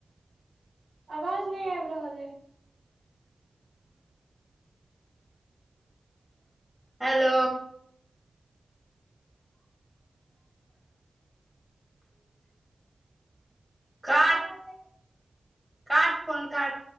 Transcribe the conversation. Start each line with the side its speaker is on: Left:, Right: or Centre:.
Right: आवाज नै आबि रहल ऐ।
Centre: हेलो काट <inaudible> काट फोन काट।